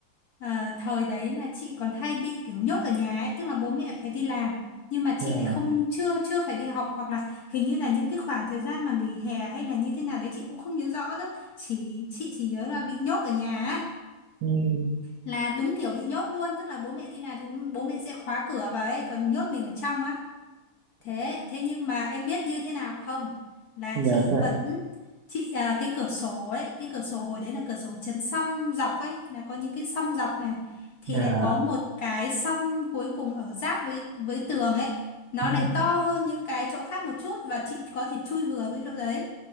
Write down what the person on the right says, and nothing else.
à,
ừ,
dạ,
dạ,
dạ,
ừ,